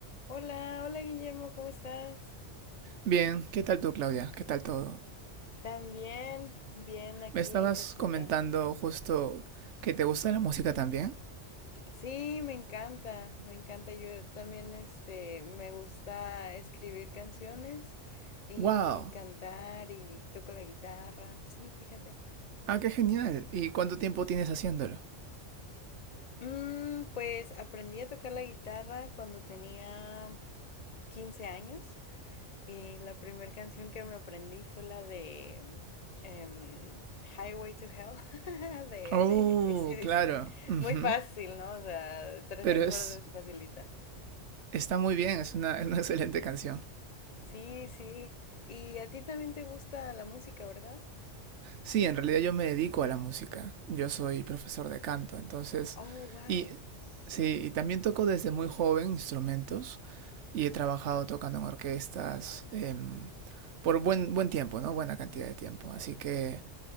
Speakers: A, on the left; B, on the right.
A: Hola, hola Guillermo, ¿cómo estás?
B: Bien, ¿qué tal tú, Claudia? ¿Qué tal todo?
A: También, bien aquí
B: Me estabas
A: en casita.
B: comentando justo que te gusta la música también.
A: Sí, me encanta, me encanta. Yo también, este, me gusta escribir canciones y
B: ¡Wow!
A: cantar y toco la guitarra. Sí, fíjate.
B: ¡Ah, qué genial! ¿Y cuánto tiempo tienes haciéndolo?
A: Mm, pues aprendí a tocar la guitarra cuando tenía 15 años. Y la primera canción que me aprendí fue la de em, Highway to Hell <laughs> de,
B: Oh,
A: de AC/DC.
B: claro. Ujú.
A: Muy fácil, ¿no? O sea, tres
B: Pero
A: acordes
B: es,
A: facilita.
B: está muy bien, es una, es una <laughs> excelente canción.
A: Sí, sí. Y a ti también te gusta la música, ¿verdad?
B: Sí, en realidad yo me dedico a la música. Yo soy profesor de canto, entonces...
A: Oh, wow.
B: Y sí, y también toco desde muy joven instrumentos. y he trabajado tocando en orquestas eh, por buen, buen tiempo, ¿no? Buena cantidad de tiempo. Así que